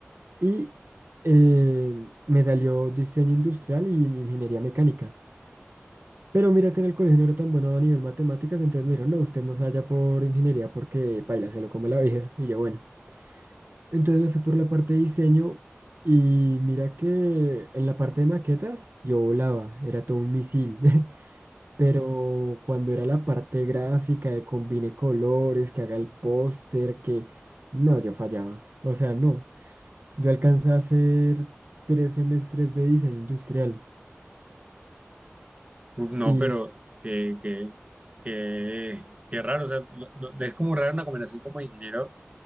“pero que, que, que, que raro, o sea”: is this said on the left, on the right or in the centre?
Right